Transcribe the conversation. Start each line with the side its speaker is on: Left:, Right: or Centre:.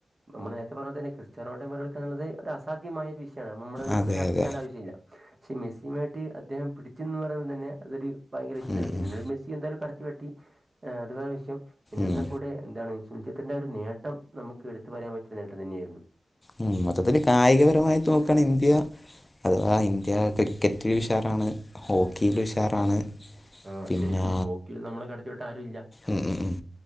Right: നമ്മള് നേരത്തെ പറഞ്ഞത് തന്നെ ക്രിസ്റ്റ്യാനോനെ മറികടക്കാ എന്നുള്ളത് ഒരു അസാധ്യമായ വിഷയാണ് അപ്പ നമ്മളത്
Left: അതെ
Right: ചർച്ച
Left: അതെ
Right: ചെയ്യേണ്ട ആവശ്യല്ല പക്ഷെ മെസ്സിയുമായിട്ട് അദ്ദേഹം പിടിച്ചു നിന്നൂന്ന് പറയുമ്പോ തന്നെ അതൊരു ഭയങ്കര വിഷയം
Left: ഉം
Right: തന്നെയാ പിന്നൊരു
Left: ഉം
Right: മെസ്സി എന്തായാലും കട കടത്തിവെട്ടി ആഹ് അതുവേറെ വിഷയം എന്നിരുന്നാ
Left: ഉം
Right: കൂടെ ആണ് സുംചിത്തിന്റെ ആ ഒരു നേട്ടം നമുക്ക് എടുത്തു പറയാൻ പറ്റിയ ഒരു നേട്ടം തന്നെയായിരുന്നു
Left: ഉം മൊത്തത്തില് കായികപരമായിറ്റ് നോക്കുവാണെ ഇന്ത്യ അഥവാ ഇന്ത്യ ക്രിക്കറ്റില് ഉഷാറാണ് ഹോക്കിയില് ഉഷാറാണ്
Right: ആഹ്
Left: പിന്നെ
Right: ശരിക്കും ഹോക്കില് നമ്മളെ കടത്തിവെട്ടാൻ ആരും ഇല്ല
Left: ഉം ഉം ഉം